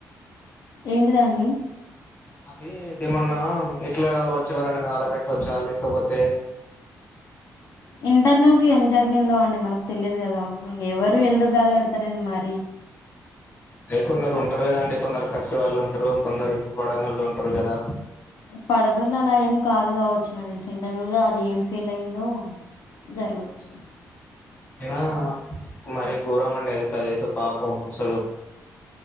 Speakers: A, on the left; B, on the left.
A: ఏంటిదండి
B: అవి దేమన్నా ఎట్లాగాళవచ్ ఎవరనా కాల పెట్టొచ్చా లేకపోతే
A: ఇంటర్నల్ గ ఏం జరిగిందో అండి మనకు తెలియదు కదా ఎవరు
B: ఆహా
A: ఎందుకు గాల తరణ మరి
B: ఎ కొందరు ఉంటారు కదండి కొందరు కసి వాళ్ళు ఉంటారు కొందరు ఇం పడనోళ్ళు ఉంటారు కదా
A: పడనోలు అలా ఏం కాదు కావచ్చు నా తెలిసి ఇంటనలుగా అది ఏం ఫెయిల్ అయిందో జరగొచ్చు
B: అ మరి గోరం అండి అది పదయ్ తె పాపం అసలు